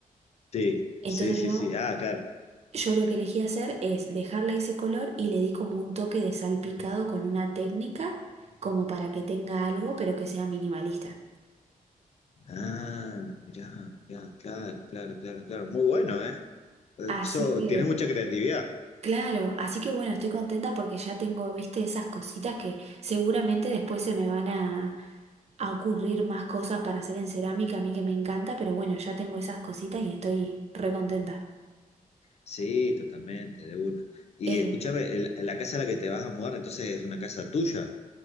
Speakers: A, on the left; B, on the right.
A: Sí,
B: Entonces
A: sí, sí,
B: yo
A: sí. Ah, claro.
B: yo lo que elegí hacer es dejarle ese color y le di como un toque de salpicado con una técnica como para que tenga algo, pero que sea minimalista.
A: Ah, mirá, mirá, claro, claro, claro, claro. Muy bueno, ¿eh? Eh,
B: Así
A: So,
B: que,
A: tienes mucha creatividad.
B: claro, así que bueno, estoy contenta porque ya tengo, viste, esas cositas que seguramente después se me van a, a ocurrir más cosas para hacer en cerámica, a mí que me encanta, pero bueno, ya tengo esas cositas y estoy re contenta.
A: Sí, totalmente, de una. Y
B: Eh,
A: escúchame, el- la casa a la que te vas a mudar, entonces es una casa tuya,